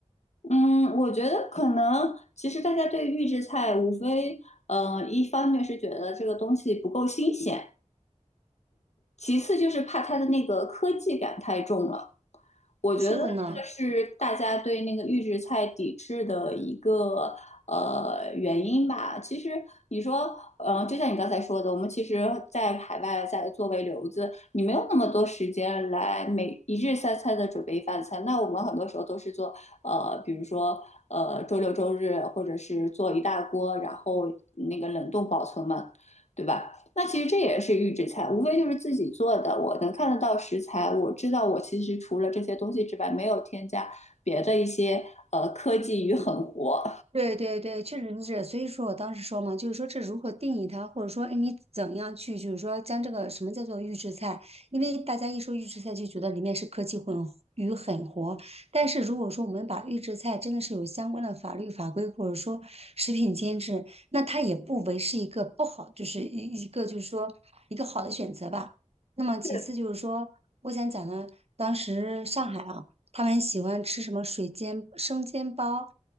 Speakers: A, on the left; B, on the right.
A: 嗯，我觉得可能其实大家对预制菜无非，嗯，一方面是觉得这个东西不够新鲜，其次就是怕它的那个科技感太重了。我觉得这个是大家对那个预制菜抵制的一个呃原因吧。
B: 是的呢，
A: 其实你说，呃，就像你刚才说的，我们其实，在海外在作为留子，你没有那么多时间来每一日三餐的准备饭菜。那我们很多时候都是做，呃，比如说，呃，周六周日，或者是做一大锅，然后那个冷冻保存嘛，对吧？那其实这也是预制菜，无非就是自己做的。我能看得到食材，我知道我其实除了这些东西之外，没有添加别的一些呃科技与狠活。
B: 对对对，确实是这所以说我当时说嘛，就是说这如何定义它，或者说，哎，你怎样去，就是说将这个什么叫做预制菜？因为大家一说预制菜就觉得里面是科技混与狠活，但是如果说我们把预制菜真的是有相关的法律法规，或者说食品监制，那它也不为是一个不好，就是一一个就是说一个好的选择吧。那么其次就是说，
A: 是
B: 我想讲的，当时上海啊。他们喜欢吃什么水煎生煎包、